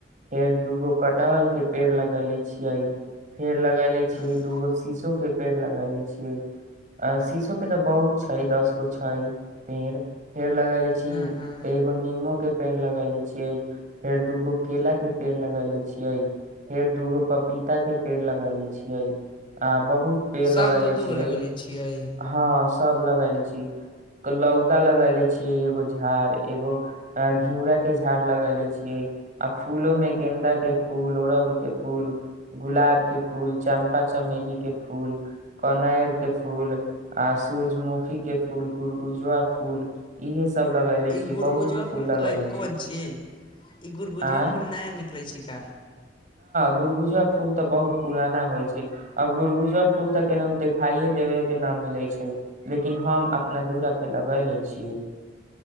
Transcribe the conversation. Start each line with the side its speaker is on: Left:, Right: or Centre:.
Right: फेर दूगो कटहल के पेड़ लगैेले छियै फेर। लगेले
Left: हँ
Right: छी दूगो शीशो के। <unintelligible> पेड़ लग ले छियै शीसो के तऽ बहुत छै दस गो छै पेड़ -पेड़ लगा ले छी। छी
Left: हँ हँ
Right: एगो नीमो के पेड़ लगा ले छीये फेर दूगो केला के पेड़ लगाय ले छीिये फेर दूगो पपीता के पेड़ लगाय ले छीियै आ बहुत। पेड़ लगेले
Left: सभ दू दू
Right: छियै
Left: गो लगैले छियै
Right: हँ। सब लगले छी लौका लगले छीयै एगो। झाड़ एगो घिउरा के झड़ लग ले छीियै आ फूलो में गेदाा के फूल ओड़हुल के फूल गुलाब के फूल चम्पा चमेली के फूल कोनर के फूल आ सूरजमुखी के फूल गुड़गुजुआ फूल इहे। सब लगेले छी
Left: ई गुड़गुजबा
Right: बहुत
Left: फूल
Right: लगेले
Left: कोन छी ई गुड़गुजबा
Right: आय
Left: फूल नया निकलै छिका।
Right: गुड़गुजा फूल तऽ बहुत पुराना होइ छै अब गड़गुजा फूल तऽ केनाहु देखाइो देबे के न मिले छै लेकिन हम अपना दुूरा पे लगा ले छियै।